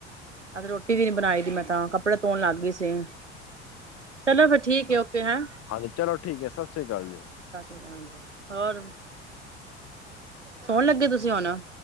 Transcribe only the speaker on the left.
ਅੱਛਾ
ਹਾਂਜੀ ਚਲੋ ਠੀਕ ਹੈ ਸਤਿ ਸ੍ਰੀ ਅਕਾਲ ਜੀ